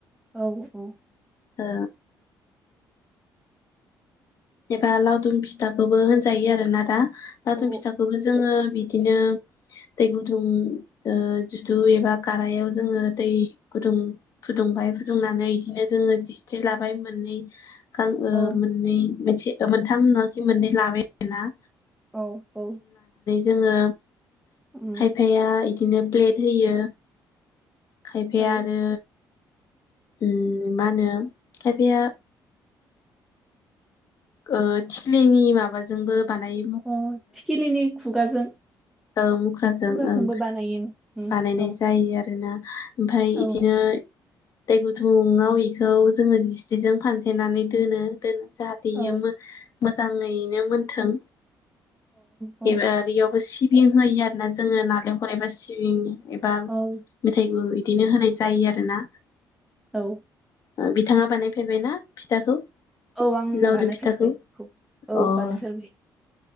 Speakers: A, in the centre; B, on the left.
A: औ औ
B: ओ एबा लावदुम फिथाखौबो होनजायो आरोना दा लावदुम
A: औ
B: फिथाखौबो जोङो बिदिनो दै गुदुं ओ जुदु एबा गारायाव जोङो दै गुदुं फुदुंबाय फुदुंनानै इदिनो जोङो जिस्रि लाबाय मोननै गा ओ
A: औ
B: मोननै मोनसे। मोनथाम नङाखि मोननै लाबाय आरो ना।
A: औ औ।
B: जोङो।
A: उम
B: खायफाया इदिनो। प्लेट होयो। खायफाया
A: औ
B: आरो। उम मा होनो खायफाया ओ थिख्लिनि माबाजोंबो बानायो
A: अ थिखिलिनि खुगाजों
B: ओं मुख्राजों
A: खुगाजोंबो
B: ओं
A: बानायो उम
B: बानायनाय
A: औ
B: जायो। आरो ना। ओमफाय
A: औ
B: इदिनो दै गुदुंआव इखौ जोङो जिस्रिजों फानथेनानै दोनो दोनो जाहाथे इयो
A: औ
B: मोन मोजाङैनो मोनथों।
A: औ
B: एबा आरो इयावबो सि बिं होयो आरोना जोङो नालेंखर एबा सिबिंनि। एबा
A: औ औ
B: मेथाइ गुर हो दिनो होनाय जायो आरोना
A: औ
B: ओ बिथाङा बानायफेरबायना फिथाखौ
A: आं
B: लावदुम
A: बानायफेरबाय
B: फिथाखौ
A: बेखौ औ
B: अह।
A: बानायफेरबाय